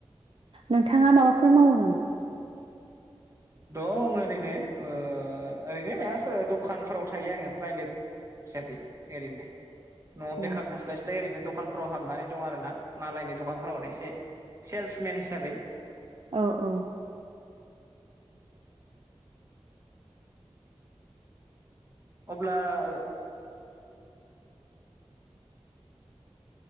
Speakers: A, on the right (about 60°); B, on the right (about 30°).
A: नोंथाङा माबाफोर मावो नामा?
B: दं ओरैनो ओ ओरैनो मायाफोर द'खानफोराव थायो आङो प्राइभेट हिसाबै एरैनो न'आव
A: औ
B: बेखार थास्लाय नै ओरैनो दखानफोराव हाबनानै दं आरोना मालायनि दखानफोरावनो एसे सेल्समेन हिसाबै।
A: औ औ।
B: अब्ला ओ